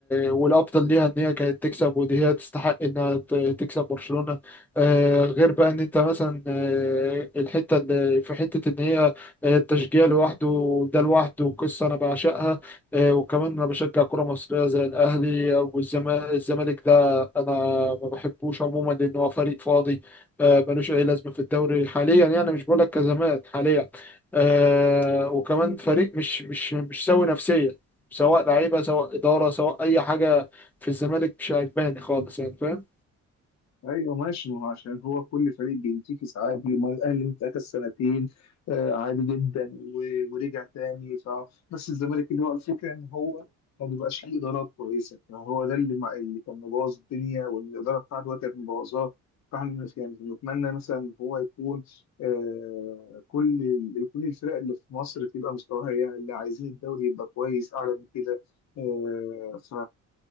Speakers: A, in the centre; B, on the left (about 60°).
A: والأفضل ليها إن هي كانت تكسب ودي هي تستحق إنها ت- تكسب برشلونة آه، غير بقى إن أنت مثلا آه، الحتة اللي في حتة إن هي آه، التشجيع لوحده وده لوحده قصة أنا بعشقها آه، وكمان أنا بشجع كرة مصرية زي الأهلي والزمالك الزمالك ده أنا ما بحبوش عموما لأن هو فريق فاضي آه، ملوش اي لازمه في الدوري حاليا يعني مش بقول لك كزمان حاليا آه وكمان فريق مش مش مش سوي نفسيا سواء لعيبه سواء اداره سواء اي حاجه في الزمالك مش عجباني خالص يعني فاهم
B: ايوه ماشي ما هو عشان هو كل فريق بينتكس عادي ما الاهلي انتكس سنتين آه، عادي جدا و- ورجع تاني ف... بس الزمالك اللي هو الفكره ان هو ما بيبقاش ليه ادارات كويسه فهو ده اللي مع... اللي كان مبوظ الدنيا والاداره بتاعته هو كانت مبوظاه فاحنا يعني نتمنى مثلا ان هو يكون آه كل ال- كل الفرق اللي في مصر تبقى مستواها يعني اللي عايزين الدوري يبقى كويس اعلى من كده آه ف